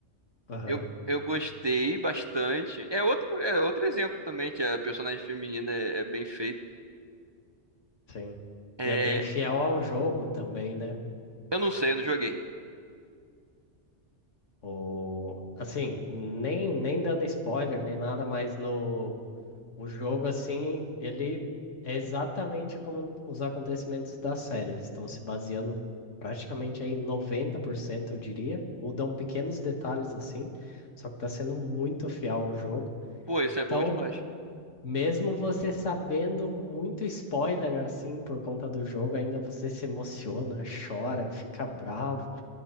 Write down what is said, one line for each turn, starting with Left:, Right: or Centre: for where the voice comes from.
Left: Aham.
Right: Eu, eu gostei bastante. É outro, é outro exemplo também, que a personagem feminina é, é bem feita.
Left: Sim.
Right: É,
Left: E é bem fiel ao jogo também, né?
Right: eu não sei, eu não joguei.
Left: O... Assim, nem, nem dando spoiler, nem nada, mas no o jogo, assim, ele é exatamente como os acontecimentos da série. Eles estão se baseando praticamente aí 90% eu diria. Mudam pequenos detalhes, assim, só que tá sendo muito fiel ao jogo.
Right: Pô, isso é
Left: Então,
Right: bom demais.
Left: mesmo você sabendo muito spoiler, assim, por conta do jogo, ainda você se emociona, chora, fica bravo.